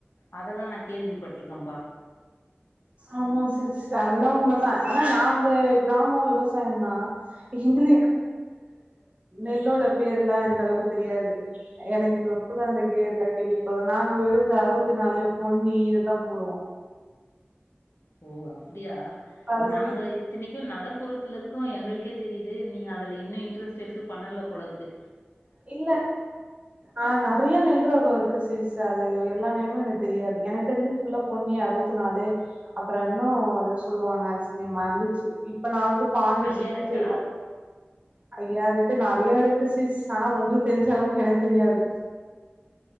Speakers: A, on the left; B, on the right.
A: அதெல்லா நா கேள்வி பர்றுக்கம்
B: ஆமா சிஸ் அதெல்லா உண்மதா ஆனா நாங்க கிராமோ விவசாயொந்தா ஹிந்துலி <unintelligible> நெல்லோட பேர்லா எந்த எலவு தெரியாது எனக்கு இன்னொப்புதா அந்த கேர்லா கேள்விப்பட்ற நாங்க வெறு இந்த அறுவத்தி நாலு பொன்னி இதத்தா போடுவோ
A: ஓ அப்டியா
B: அரிசி
A: நாங்க
B: இது
A: இத்தினிக்கு நகர்ப்புறத்துல இருக் கோ எங்களுக்கே தெரியுது நீங்க அதுல இன்னு இன்ட்ரெஸ்ட் எடுத்து பண்ணல போலருக்கு
B: இல்ல ஆஹ் நறைய நெல் ரகொ இருக்கு சிஸ் அது எல்லா நேமு எனக்கு தெரியாது எனக்கு தெரிஞ்சது ஃபுல்லா பொண்ணி அறுவத்து நாலு அப்பறோ இன்னு ஏதோ சொல்வாங்க அரிசி நேம் மறந்துச்சி இப்ப நா வந்து பாண்டிஷிட்னு
A: ஐயா ரேட்டா?
B: <unintelligible> ஐயாரெட்டு நறைய இருக்கு சிஸ் ஆனா உங்குக் தெரிஞ்ச அளவுக் எனக்கு தெரியாது